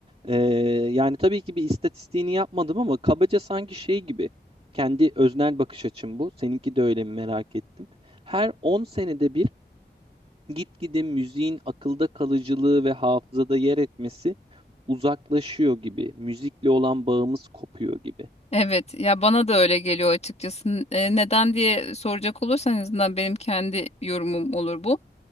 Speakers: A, on the right (about 35°); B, on the left (about 35°).
A: Ee, yani tabii ki bir istatistiğini yapmadım ama kabaca sanki şey gibi. Kendi öznel bakış açım bu. Seninki de öyle mi merak ettim. Her 10 senede bir Gitgide müziğin akılda kalıcılığı ve hafızada yer etmesi uzaklaşıyor gibi. Müzikle olan bağımız kopuyor gibi.
B: Evet. Ya bana da öyle geliyor açıkçası. N- e, neden diye soracak olursan en azından benim kendi yorumum olur bu.